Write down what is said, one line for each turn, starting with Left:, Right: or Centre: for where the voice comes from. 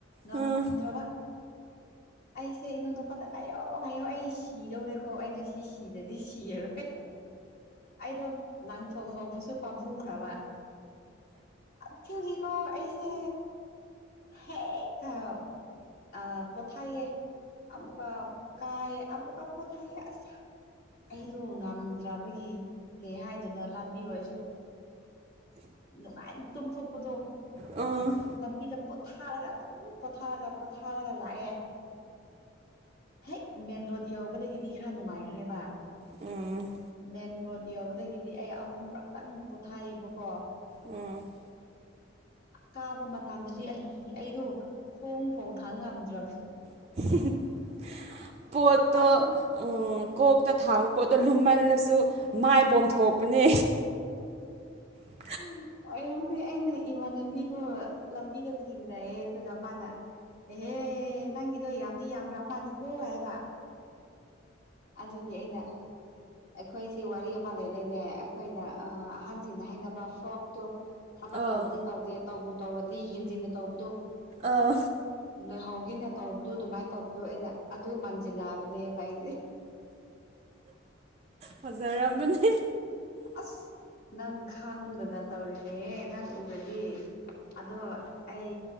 Left: ꯉꯝꯗꯇ꯭ꯔꯕ
Right: ꯎꯝ
Left: ꯑꯩꯁꯦ ꯏꯩꯅꯣꯗ ꯑꯄꯗ ꯉꯥꯏꯌꯣ ꯍꯥꯏꯌꯣ ꯑꯩ ꯁꯤꯗꯧꯔꯦꯀꯣ ꯑꯩ ꯉꯁꯤ ꯁꯤꯗꯗꯤ ꯁꯤꯔꯔꯣꯏ ꯑꯩꯗꯣ ꯂꯥꯡꯊꯣꯛ ꯍꯧꯕꯁꯨ ꯄꯥꯝꯃꯈ꯭ꯔꯕ ꯑꯊ ꯀꯣ ꯑꯩꯁꯦ ꯍꯦꯛ ꯑ ꯑ ꯄꯊꯥꯏꯌꯦ ꯑꯃꯨꯛꯀ ꯀꯥꯏꯌꯦꯦ ꯑꯃꯨꯛꯀ ꯄꯣꯊꯥꯏꯑ ꯑꯁ ꯑꯩꯗꯣ ꯉꯝ ꯅꯠꯇ꯭ꯔꯕꯒꯤ ꯀꯩ ꯍꯥꯏꯗꯣꯏꯅꯣ ꯂꯝꯕꯤ ꯑꯣꯏꯔꯁꯨ ꯅꯨꯡꯉꯥꯏ ꯇꯨꯝꯊꯣꯛꯄꯗꯣ
Right: ꯎꯝ
Left: ꯂꯝꯕꯤꯗ ꯄꯣꯊꯥꯔꯒ ꯑꯗꯨꯝ ꯄꯣꯊꯥꯔꯒ ꯄꯣꯊꯥꯔꯒ ꯂꯥꯛꯑꯦ ꯍꯦꯛ ꯃꯦꯟ ꯔꯣꯗ ꯌꯎꯧꯕꯗꯒꯤꯗꯤ ꯈꯔ ꯅꯨꯡꯉꯥꯏꯈ꯭ꯔꯦꯕ
Right: ꯎꯝ
Left: ꯃꯦꯟ ꯔꯣꯗ ꯌꯧꯕꯗꯒꯤꯗꯤ ꯑꯩ ꯑꯍꯨꯝꯔꯛꯇꯪ ꯄꯣꯊꯥꯏꯑꯕꯀꯣ
Right: ꯎꯝ
Left: ꯀꯥꯕ ꯃꯇꯝꯗꯗꯤ ꯑꯩ ꯑꯩꯗꯣ ꯈꯣꯡꯐꯥꯎ ꯊꯥꯡ ꯉꯝꯗ꯭ꯔꯕ
Right: <inaudible> ꯄꯣꯠꯇꯣ
Left: ꯑꯗꯨ
Right: ꯎꯝ ꯀꯣꯛꯇ ꯊꯥꯡꯕ ꯄꯣꯠꯇꯣ ꯂꯨꯝꯃꯜꯂꯁꯨ ꯃꯥꯏ ꯄꯣꯝꯊꯣꯛꯄꯅꯦ ꯍ
Left: ꯎꯝ ꯑꯣ ꯏꯔꯝꯗꯤ ꯑꯩꯅ ꯏꯃꯥꯟꯅꯕꯤꯗꯨ ꯂꯝꯕꯤꯒ ꯊꯦꯡꯅꯩꯑꯌꯦ ꯑꯗꯨꯒ ꯃꯥꯅ ꯑꯦꯍꯦ ꯅꯪꯒꯤꯗꯣ ꯌꯥꯝꯗꯤ ꯌꯥꯝꯈ꯭ꯔꯕ ꯃꯥꯜꯂꯤꯦꯀꯣ ꯍꯥꯏꯕ ꯑꯗꯨꯒꯤ ꯑꯩꯅ ꯑꯩꯈꯣꯏꯁꯦ ꯋꯥꯔꯤ ꯑꯃ ꯂꯩꯔꯣꯏꯅꯦ ꯑꯩꯈꯣꯏꯅ ꯑꯍꯟꯁꯤꯡꯅ ꯍꯥꯏꯅꯕ ꯐ꯭ꯔꯣꯛꯇꯣ ꯊꯕꯛ
Right: ꯑꯥꯎ
Left: ꯇꯧꯗꯤ ꯇꯧꯗꯦ ꯇꯧꯕ ꯇꯧꯔꯗꯤ ꯍꯦꯟꯖꯤꯟꯅ ꯇꯧꯕꯗꯣ
Right: ꯑꯥꯎ
Left: ꯂꯩꯍꯧꯒꯦꯅꯦ ꯇꯧꯕꯗꯣ ꯑꯗꯨꯃꯥꯏꯅ ꯇꯧꯕꯗꯣ ꯑꯩꯅ ꯑꯗꯨ ꯃꯥꯟꯁꯤꯜꯂꯛꯑꯕꯅꯦꯕ ꯑꯩꯁꯦ
Right: ꯐꯖꯔꯝꯃꯅꯤ
Left: ꯑꯁ ꯅꯪ ꯈꯪꯗꯅ ꯇꯧꯔꯤꯅꯦꯍꯦ ꯅꯪ ꯎꯔ ꯒꯤ ꯑꯗꯣ ꯑꯩ